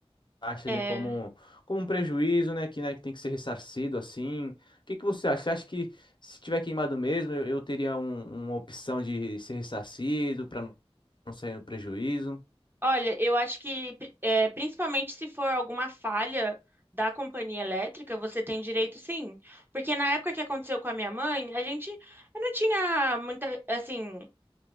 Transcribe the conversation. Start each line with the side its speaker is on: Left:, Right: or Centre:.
Left: acha
Right: É,
Left: ele como, como um prejuízo, né? Que, né, que tem que ser ressarcido assim. O que que você acha? Você acha que se tiver queimado mesmo, eu, eu teria um- uma opção de ser ressarcido para não sair no prejuízo?
Right: olha, eu acho que pri- é, principalmente se for alguma falha da companhia elétrica, você tem direito sim. Porque na época que aconteceu com a minha mãe, a gente eu não tinha muita, assim,